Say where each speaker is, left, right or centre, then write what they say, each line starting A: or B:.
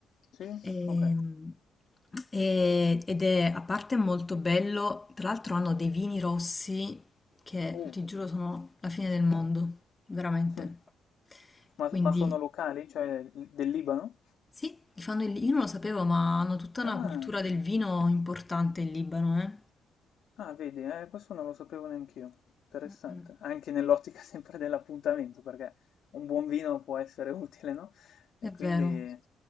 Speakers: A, on the left (about 70°); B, on the left (about 20°).
A: Sì?
B: Ehm,
A: Ok.
B: e- ed è a parte molto bello, tra l'altro hanno dei vini rossi che
A: Oh.
B: ti giuro sono la fine del mondo, veramente.
A: <laughs> Ma,
B: Quindi
A: ma sono locali, cioè del Libano?
B: sì, li fanno il- io non lo sapevo, ma hanno tutta una
A: Ah.
B: cultura del vino importante in Libano, eh.
A: Ah, vedi, eh, questo non lo sapevo neanch'io. Interessante.
B: Mm, mm,
A: Anche nell'ottica <laughs> sempre dell'appuntamento, perché un buon vino può essere utile, no? E
B: È vero.
A: quindi...